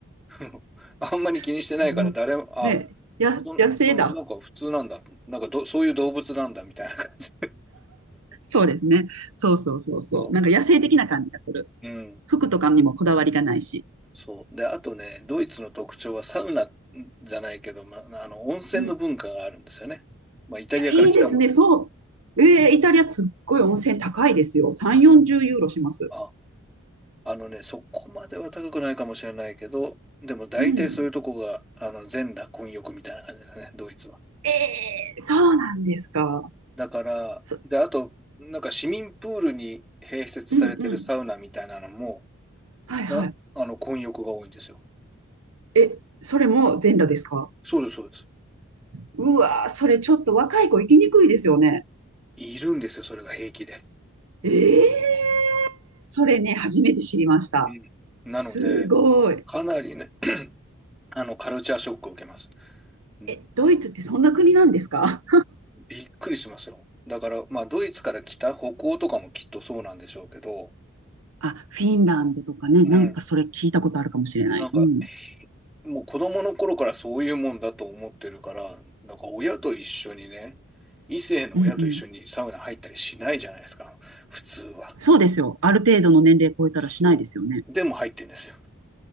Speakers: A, in the centre; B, on the right.
A: <laughs> あんまり気にしてないから、
B: そのね、
A: 誰も、あ、
B: や、
A: そ、
B: 野生だ。
A: うん、なんか普通なんだ。なんかど、そういう動物なんだみたいな感じ
B: そうですね。そうそうそうそう。
A: の、
B: なんか野生的な感じがする。
A: うん、
B: 服とかにもこだわりがないし。
A: そう。で、あとね、ドイツの特徴はサウナじゃないけど、ま、あの、温泉の文化があるんですよね。
B: うん。い
A: まあ、イタリアから来たもんね。
B: や、いいですね。そう。えーイタリアすっごい温泉高いですよ。3、40ユーロします。
A: あ、あのね、そこまでは高くないかもしれないけど、でも大体そういうとこが、
B: うん。
A: あの、全裸混浴みたいな感じですね、ドイツは。
B: ええそうなんですか。
A: だから、
B: そ、
A: で、あと、なんか市民プールに併設されてるサウナみたいなのも、
B: うんうん。はいはい。
A: な、あの、混浴が多いんですよ。
B: え、それも全裸ですか
A: そうです、そうです。
B: うわー、それちょっと若い子行きにくいですよね。
A: いるんですよ、それが平気で。
B: ええーそれね、初めて知りました。
A: うんなので、
B: すごい。
A: かなりね、あの、カルチャーショックを受けます。うん
B: え、ドイツってそんな国なんですか
A: びっくりしますよ。だから、まあ、ドイツから来た北欧とかもきっとそうなんでしょうけど、
B: <laughs> あ、フィンランドとかね、
A: うん。
B: なんかそれ聞いたことあるかもしれない。
A: なんか、
B: うん。
A: もう子供の頃からそういうもんだと思ってるから、なんか親と一緒にね、異性の親と一緒にサウナ入ったりしないじゃないですか、
B: うんうん。
A: 普通は。
B: そうですよ。ある程度の年齢超えたらしないですよね。
A: そう。でも入ってんですよ。